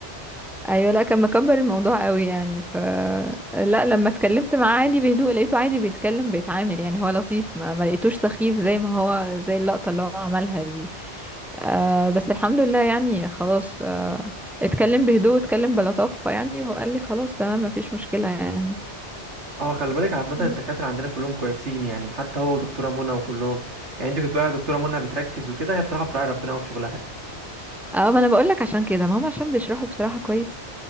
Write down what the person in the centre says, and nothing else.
ايوه لا كان مكبر الموضوع قوي يعني ف لا لما اتكلمت معاه عادي بهدوء لقيته عادي بيتكلم بيتعامل يعني هو لطيف ما, ما لقيتوش سخيف زي ما هو زي اللقطة اللي هو عملها دي آه بس الحمد لله يعني خلاص آه اتكلم بهدوء اتكلم بلطافة يعني وقال لي خلاص تمام مفيش مشكلة يعني
مم.
اه ما انا بقول لك عشان كده ما هم عشان بيشرحوا بصراحة كويس